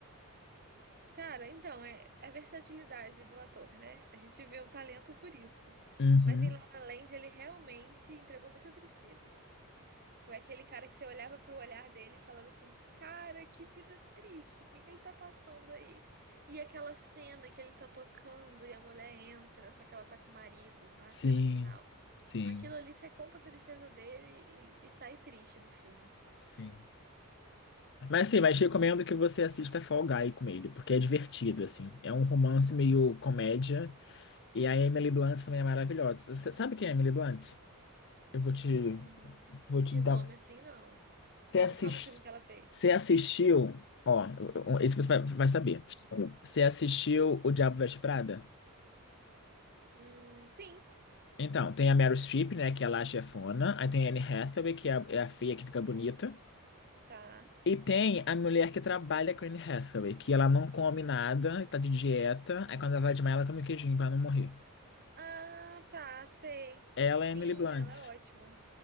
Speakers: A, on the right; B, on the left.
A: Cara, então, é, é a versatilidade do ator, né? A gente vê o talento por isso.
B: Uhum.
A: Mas em La La Land, ele realmente entregou muita tristeza. Foi aquele cara que você olhava pro olhar dele e falava assim: Cara, que vida triste, o que que ele tá passando aí? E aquela cena que ele tá tocando e a mulher entra, só que ela tá com o marido, a
B: Sim,
A: cena final.
B: sim,
A: Aquilo ali você compra a tristeza dele e, e sai triste do filme,
B: sim. Mas
A: né?
B: sim, mas recomendo que você assista Fall Guy com ele, porque é divertido, assim. É um romance meio comédia. E a Emily Blunt também é maravilhosa. Você sabe quem é a Emily Blunt? Eu vou te,
A: Hum,
B: vou
A: De
B: te dar.
A: nome assim, não.
B: Você assist...
A: Me fala um filme que ela fez.
B: você assistiu, ó, um, esse você vai vai saber. Você assistiu O Diabo Veste Prada?
A: Hum, sim,
B: Então, tem a Meryl Streep, né, que é lá a chefona. Aí tem a Anne Hathaway, que é a, é a feia que fica bonita.
A: tá.
B: E tem a mulher que trabalha com a Anne Hathaway, que ela não come nada, tá de dieta. Aí quando ela vai desmaiar, ela come um queijinho pra não morrer.
A: Ah, tá, sei.
B: Ela
A: Sim,
B: é Emily Blunt.
A: ela é ótima.